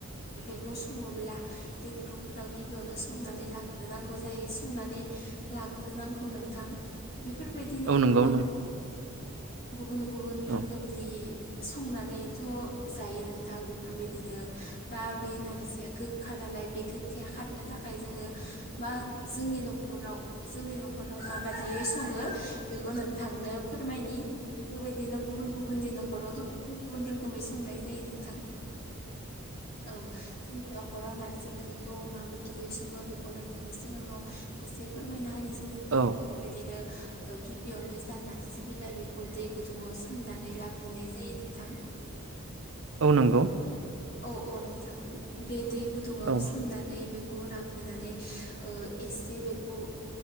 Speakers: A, on the left; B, on the right.
A: बे सङोब्ला दै गुदुंफोराव गिबियावनो संनानै लाग्रोनांगौ जायो संनानै। ग्रोनांगौ नोंथां बेफोर बायदिनो
B: औ नंगौ
A: गोबां। गुबुन गुबुन रोखोमनि
B: औ औ
A: संनानैथ' जायो नोंथां बे। बेफोरबायदिनो बा बे एनारजिया गोखा नालाय बे गोखाया खारनो थाखाय जोङो मा जोंनि न'खराव जोंनि न'खराव माबादियै सङो बेखौ नोंथांनो फोरमायनि बेफोरबायदिनो गुबुन गुबुननि न'खरावथ' गुबुन गुबुन रोखोमै संनाय जायो नोंथां। औ जों अ न'खराव नारजि ओंख्रिखौ माबायदियै सङो बेखौ नों थांनि सिगाङाव एसे फोरमायना हानिसै नोंथां
B: औ
A: बेफोरबायदिनो गिबियावनो जा नारजि बिलाइ बेखौ दै गुदुङाव सोमनानै लाग्रोनाय जायो नोंथां।
B: औ नंगौ।
A: औ औ नोंथां। बे दै गुदुङाव
B: औ
A: सोमनानै बेखौ लाग्रोनानै एसे बेखौ